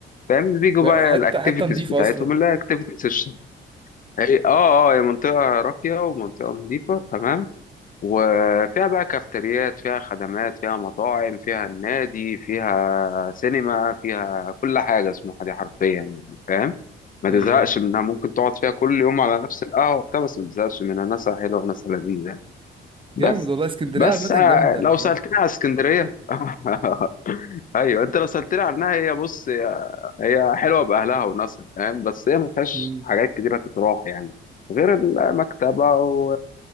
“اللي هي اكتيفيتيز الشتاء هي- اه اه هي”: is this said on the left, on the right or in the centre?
Left